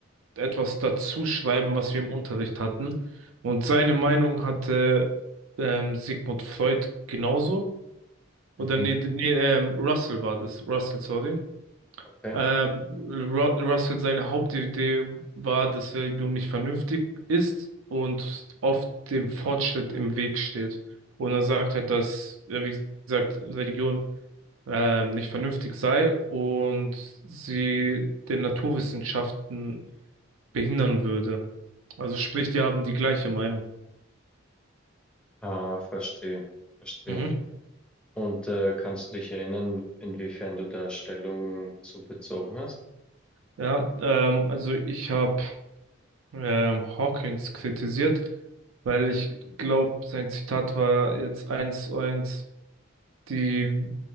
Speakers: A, on the right (about 85°); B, in the centre.
A: etwas dazu schreiben, was wir im Unterricht hatten. Und seine Meinung hatte ähm, Sigmund Freud genauso. Oder
B: mhm,
A: nee, nee, ähm, Russell war das. Russell, sorry.
B: okay.
A: Ähm, Ru Russell, seine Hauptidee war, dass Religion nicht vernünftig ist und oft dem Fortschritt im Weg steht. Und er sagt halt, dass, ja, wie gesagt, Religion ähm, nicht vernünftig sei und sie den Naturwissenschaften behindern würde. Also sprich, die haben die gleiche Meinung.
B: Ah, verstehe, verstehe.
A: Mhm.
B: Und äh, kannst du dich erinnern, inwiefern du da Stellung zu bezogen hast?
A: Ja, ähm, also ich habe ähm, Hawkins kritisiert, weil ich glaube, sein Zitat war jetzt eins zu eins, die